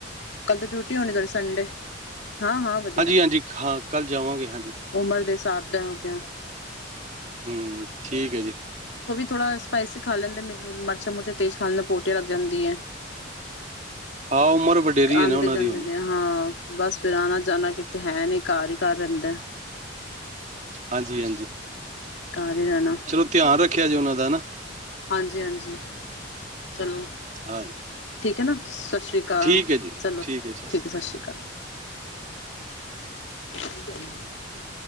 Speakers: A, on the left (about 65°); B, on the right (about 35°).
A: ਕੱਲ ਤੋਂ ਡਿਊਟੀ ਹੋਣੀ ਤੁਹਾਡੀ ਸੰਡੇ। ਹਾਂ-ਹਾਂ ਵਧੀਆ।
B: ਹਾਂਜੀ ਹਾਂਜੀ ਹਾਂ ਕੱਲ ਜਾਵਾਂਗੇ ਹਾਂਜੀ
A: ਉਮਰ ਦੇ ਹਿਸਾਬ ਦਾ ਹੋ ਗਿਆ।
B: ਹੂੰ ਠੀਕ ਹੈ ਜੀ।
A: ਥੋੜ੍ਹਾ ਸਪਾਈਸੀ ਖਾ ਲੈਂਦੇ ਮੈਂਨੂੰ ਮਿਰਚਾਂ-ਮੁਰਚਾਂ ਤੇਜ ਖਾਣ ਨਾਲ ਪੋਟੀਆਂ ਲੱਗ ਜਾਂਦੀਆਂ।
B: ਹਾਂ ਉਮਰ ਵਡੇਰੀ
A: ਆਂਦੇ
B: ਹੈ ਨਾ ਉਹਨਾਂ
A: ਜਾਂਦੇ
B: ਦੀ ਹੁਣ
A: ਨੇ ਹਾਂ ਬਸ ਫਿਰ ਆਣਾ ਜਾਣਾ ਕਿਤੇ ਹੈ ਨੀ ਘਰ ਹੀ ਘਰ ਰਹਿੰਦਾ।
B: ਹਾਂਜੀ-ਹਾਂਜੀ।
A: ਘਰ ਹੀ ਰਹਿਣਾ
B: ਚਲੋ ਧਿਆਨ ਰੱਖਿਆ ਜੇ ਉਹਨਾਂ ਦਾ ਹਨਾ।
A: ਹਾਂਜੀ-ਹਾਂਜੀ ਚਲੋ।
B: ਹਾਂਜੀ।
A: ਠੀਕ ਹੈ ਨਾ। ਸਤਿ ਸ਼੍ਰੀ ਅਕਾਲ,
B: ਠੀਕ ਹੈ ਜੀ
A: ਚਲੋ
B: ਸਰ
A: ਠੀਕ ਹੈ ਸਤਿ ਸ਼੍ਰੀ ਅਕਾਲ। ਕੀ ਕਰਨਾ।